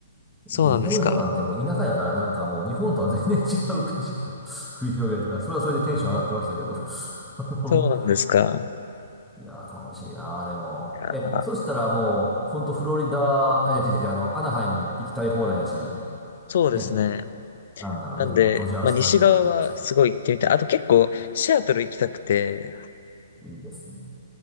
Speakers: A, on the left (about 60°); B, in the centre.
A: そうなんですか。
B: で、南の方なんてもう田舎やからなんかもう日本とは全然違う景色が <laughs> 繰り広げられてから、それはそれでテンション上がってましたけど。<laughs> あの
A: そうなんですか。
B: いやー、楽しいなー、でも。
A: いやー
B: え、そしたらもう、ほんとフロリダ、え、違う違うあの、アナハイム行きたい放題だし、
A: そうですね。
B: ね、なんならね、
A: なんで、
B: もうドジャースタジアムでもさ、
A: まあ、西側はすごい行ってみたい。あと結構、シアトル行きたくて、
B: いいですね。